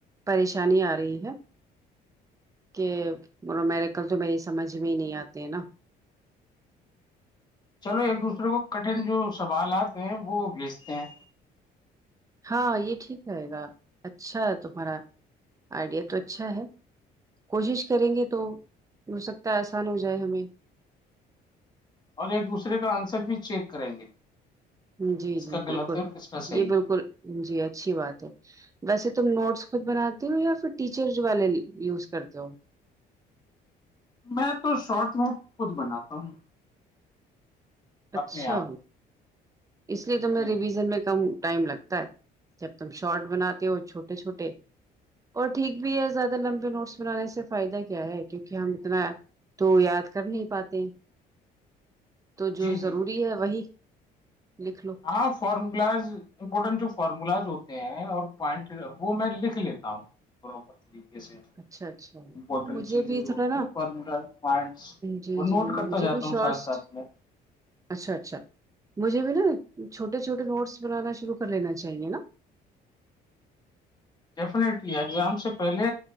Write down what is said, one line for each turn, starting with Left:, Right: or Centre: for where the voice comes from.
Right: پریشانی آ رہی ہے کہ میرے کل تو میری سمجھ میں ہی نہیں آتے ہے نا
Left: چلو ایک دوسرے کو کٹن جو سوالات ہیں وہ بھیجتے ہیں
Right: ہاں یہ ٹھیک رہے گا اچھا تمہارا آئیڈیا تو اچھا ہے کوشش کریں گے تو ہو سکتا ہے آسان ہو جائے ہمیں
Left: اور ایک دوسرے کا آنسر بھی چیک کریں گے
Right: جی
Left: کس
Right: جی
Left: کا غلط
Right: بالکل
Left: ہے اور کس کا صحیح
Right: یہ
Left: ہے
Right: بالکل جی اچھی بات ہے ویسے تم نوٹس خود بناتے ہو یا پھر ٹیچرز والے یوز کرتے ہو
Left: میں تو شارٹ نوٹ خود بناتا ہوں
Right: اچھا
Left: اپنے آپ
Right: اس لیے تمیں
Left: جی
Right: ریویژن میں کم ٹائم لگتا جب تم شارٹ بناتے ہو چھوٹے چھوٹے اور ٹھیک بھی ہے زیادہ لمبے نوٹس بنانے سے فائدہ کیا ہے کیونکہ ہم اتنا تو یاد کر نہیں پاتے تو
Left: جی
Right: جو
Left: جی
Right: ضروری
Left: جی
Right: ہے وہی لکھ لو
Left: ہاں فارمولاز امپورٹنٹ جو فارمولاز ہوتے ہیں اور پوائنٹ وہ میں لکھ لیتا ہوں پراپر طریقے سے امپورٹنٹ
Right: اچھا اچھا ہاں مجھے
Left: چیزیں
Right: بھی
Left: جو ہوتی
Right: تھوڑا نا
Left: ہیں فٹر پوائنٹس
Right: جی
Left: وہ نوٹ
Right: جی
Left: کرتا
Right: مجھے
Left: جاتا
Right: بھی
Left: ہوں
Right: شارٹس
Left: ساتھ ساتھ میں
Right: اچھا اچھا مجھے بھی نا چھوٹے چھوٹے نوٹس بنانا شروع کر لینا چاہیے نا
Left: ڈیفینیٹلی ایگزام سے پہلے